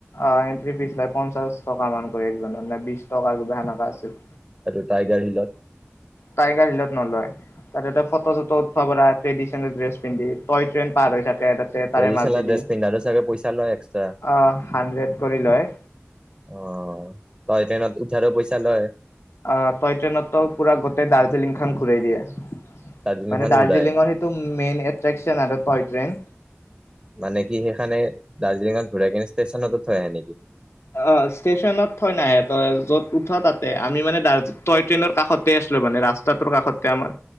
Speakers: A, on the left (about 75°); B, on the right (about 15°).
A: অ এণ্ট্ৰি ফিজ লয় পঞ্চাশ টকা মান কৰি একজনৰ নে বিশ টকা কিবা সেনেকা আছিল
B: এইটো টাইগাৰ হিলত
A: টাইগাৰ হিলত নলয় তাতে এটা ফটো চটো উঠাব পৰা ট্ৰেডিচনেল ড্ৰেছ পিন্ধি টয় ট্ৰেইন পাৰ হৈ থাকে তাতে
B: ট্ৰেডিচনেল
A: তাৰে মাজেদি
B: ড্ৰেছ পিন্ধাৰো চাগে পইচা লয় এক্সট্ৰা
A: আহ হাণ্ড্ৰেড কৰি লয়
B: অ তই টেনট উঠাৰো পইচা লয়
A: অহ তই ট্ৰেইন ত পুৰা গোটেই দাৰ্জিলিং খন ঘূৰাই দিয়ে
B: দাৰ্জিলিংখন
A: মানে দাৰ্জিলিঙৰ
B: ঘূৰাই
A: সেইটো মেইন এট্ৰেকচন আৰু টয়ট্ৰেইন
B: মানে কি সেইখানে দাৰ্জিঙত ঘোৰাইকিনে ষ্টেচনটো থৈ আহে নেকি
A: অ ষ্টেচনত থয় নাহে তই য'ত উঠ তাতে আমি মানে দাৰ তই ট্ৰেইনৰ কাষতে আছিলো মানে ৰাস্ ৰাস্তাটোৰ কাষতে আমাৰ